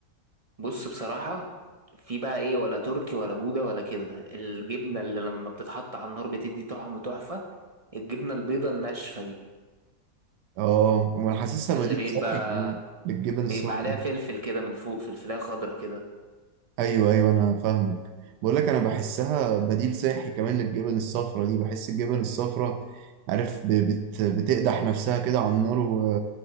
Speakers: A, on the right; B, on the right.
A: بص بصراحة في بقى ايه ولا تركي ولا جودة ولا كده الجبنة اللي لما بتتحط على النار بتدي طعم تحفة الجبنة البيضة الناشفة دي
B: اه انا حاسسها بديل
A: اللي بيبقى
B: صحي كمان للجبن
A: بيبقى
B: الصفراء
A: عليها فلفل كده من فوق فلفلاية خضرا كده
B: ايوه ايوه انا فاهمك بقول لك انا بحسها بديل صحي كمان للجبن الصفرا دي بحس الجبن الصفرا عارف ب- بت بتقدح نفسها كده على النار و...